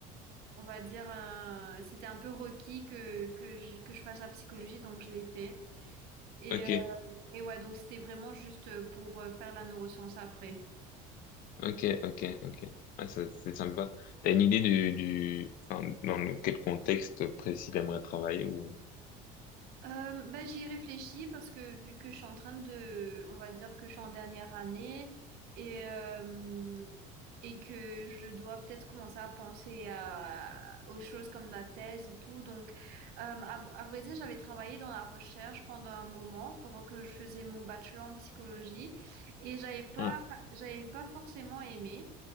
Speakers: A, on the right; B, on the left.
A: on va dire un- c'était un peu requis que que je, que je fasse la psychologie donc je l'ai fait. Et
B: ok.
A: et ouais, donc c'était vraiment juste euh, pour euh, faire la neuroscience après.
B: Ok, ok, ok. Ah, ça, c'est sympa. T'as une idée du, du, enfin, dans le- quel contexte précis t'aimerais travailler ou,
A: Euh, bah, j'y ai réfléchi parce que vu que je suis en train de, on va dire que je suis en dernière année et, euh, et que je dois peut-être commencer à penser à, aux choses comme la thèse et tout. Donc, euh, à, à vrai dire, j'avais travaillé dans la recherche pendant un moment, pendant que je faisais mon bachelor en psychologie et j'avais pas,
B: ouais.
A: j'avais pas forcément aimé.